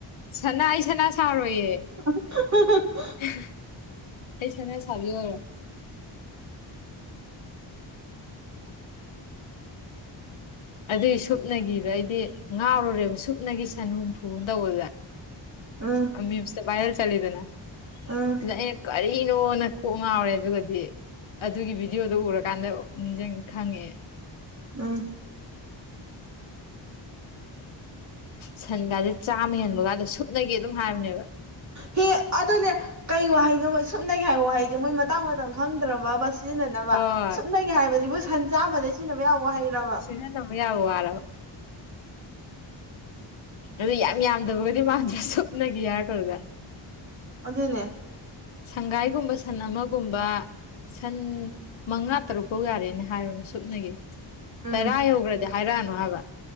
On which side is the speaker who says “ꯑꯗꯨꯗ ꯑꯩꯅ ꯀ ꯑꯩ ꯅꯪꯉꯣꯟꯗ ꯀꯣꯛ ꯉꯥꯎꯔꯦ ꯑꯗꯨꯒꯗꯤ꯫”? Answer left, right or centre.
Left